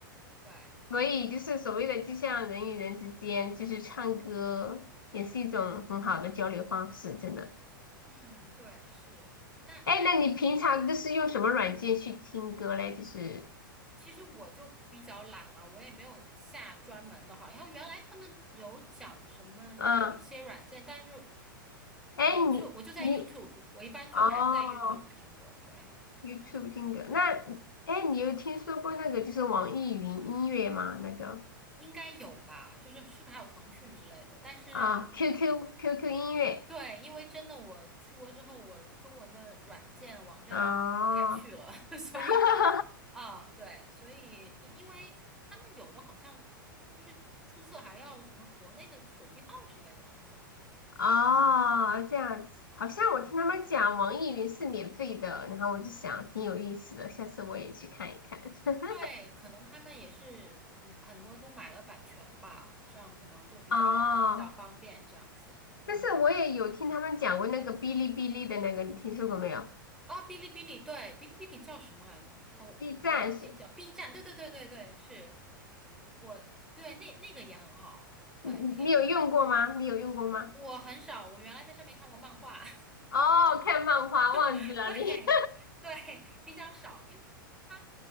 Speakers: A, in the centre; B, on the left.
A: 对，
B: 所以就是所谓的，就像人与人之间，就是唱歌也是一种很好的交流方式，真的。
A: 嗯，对是，那那
B: 哎，那你平常都是用什么软件去听歌嘞？
A: 嗯。
B: 就是，
A: 其实我就比较懒了，我也没有下专门的，好像原来他们有讲什么有一些软件，
B: 嗯，
A: 但是
B: 哎，
A: 我就我就在
B: 你你
A: YouTube，我一般就还是在
B: 哦
A: YouTube 听歌，对，
B: ，YouTube 听歌，那哎，你有听说过那个就是网易云音乐吗？那个
A: 应该有吧，就是是不是还有腾讯之类的，但是
B: 啊，QQ QQ 音乐，
A: 对，因为真的我出国之后，我中文的软件网站都不太去了，
B: 哦，
A: <laughs> 所以
B: <laughs>
A: 啊，对，所以因因为他们有的好像是不是注册还要什么国内的手机号之类的，好像
B: 哦，
A: 还是什么。
B: 这样子，好像我听他们讲网易云是免费的，然后我就想挺有意思的，下次我也去看一看。<laughs>
A: 对，可能他们也是嗯很多都买了版权吧，这样可能就比较比较方便这样子。
B: 哦，但是我也有听他们讲过那个哔哩哔哩的那个，
A: 嗯。
B: 你听说过没有
A: 啊，哔哩哔哩，对，哔哩哔哩叫什么来着？哦，
B: ？B
A: 我忘记叫
B: 站是，
A: B 站，对对对对对，是我对那那个也很好，
B: <laughs>
A: 对，
B: 你你你有用过吗？
A: 那个也很好。
B: 你有用过吗？
A: 我很少，我原来在上面看过漫画，
B: 哦，看漫画忘记了你，
A: <laughs> 对对，
B: <laughs>
A: 比较少，因为它